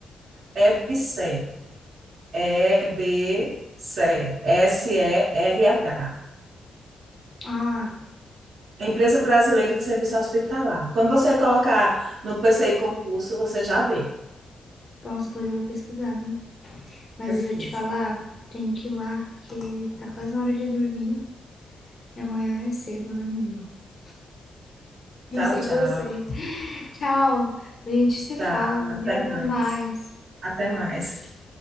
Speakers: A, on the right (about 70°); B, on the left (about 30°).
A: EBSER, EBSER, S-E-R-H.
B: Ah,
A: Empresa Brasileira de Serviço Hospitalar. Quando você colocar no PCI concurso, você já vê.
B: nossa, depois eu vou pesquisar, viu? Mas
A: Pesquisa.
B: deixa eu te falar, tem que ir lá, que tá quase na hora de dormir. E amanhã é cedo, né, menina? <laughs> Não
A: Tchau,
B: sei
A: tchau.
B: você. Tchau. A gente se
A: Tchau.
B: fala.
A: Até
B: Meu,
A: mais.
B: até mais.
A: Até mais.